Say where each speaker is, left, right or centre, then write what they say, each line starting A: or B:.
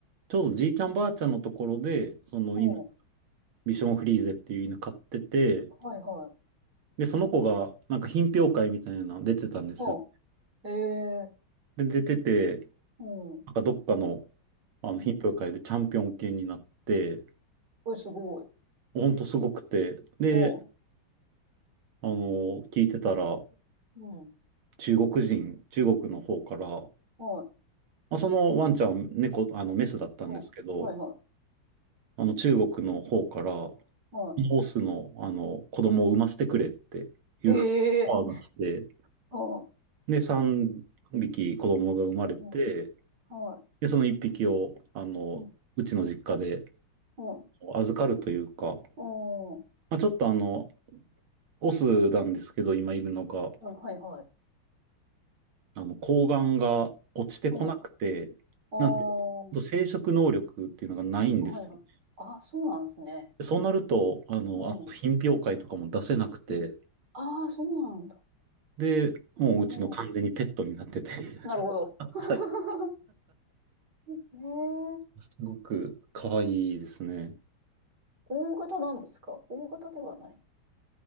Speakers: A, on the right; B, on the right.
A: ちょうどじいちゃんばあちゃんのところで、その犬、
B: うん、
A: ビションフリーゼっていう犬飼ってて、
B: はい、はい、
A: で、その子が、なんか品評会みたいなの出てたんですよ。
B: うん、へえ、
A: で、出てて、
B: うん、
A: なんかどっかの、あの品評会でチャンピオン犬になって、
B: うん。おい、すごい。
A: ほんとすごくて、で、
B: うん、
A: あの、聞いてたら、
B: うん、
A: 中国人、中国の方から、
B: はい、
A: まあ、そのワンちゃん、猫、あの、メスだったんですけど、
B: うん、はい、は
A: あの、中国の方から、
B: い、は
A: オスの、あの、子供を産ませてくれっていう
B: い。へえ、
A: オファーが来て、
B: うん、う
A: で、3匹子供が生まれて、
B: ん、はい、
A: で、その1匹を、あの、
B: うん、
A: うちの実家で
B: うん、
A: 預かるというか、
B: うん、
A: まあ、ちょっとあの、オスなんですけど、今いるのが、
B: うんはい、はい、
A: あの、睾丸が落ちてこなくて、
B: うん、あー、
A: なんで、生殖能力っていうのがないんですよ
B: はい、はいはいはいへえうんうんはいうんうんおうんはいはいうんあ、そうなんですね。
A: でそうなると、あの、
B: うん、
A: あの品評会とかも出せなくて、
B: うん。ああ、そうなんだ。
A: で、もううちの完全にペットになってて
B: うん、
A: <laughs>
B: なるほど。<laughs>
A: はい。
B: へえ。
A: すごく可愛いですね。
B: 大型なんですか大型ではない。